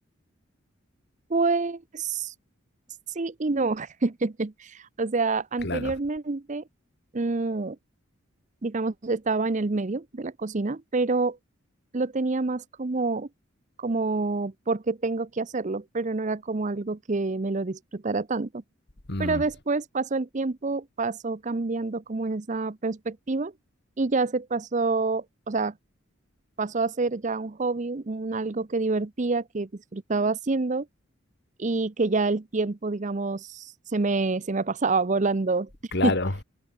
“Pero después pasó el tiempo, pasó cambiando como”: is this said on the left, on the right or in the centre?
Right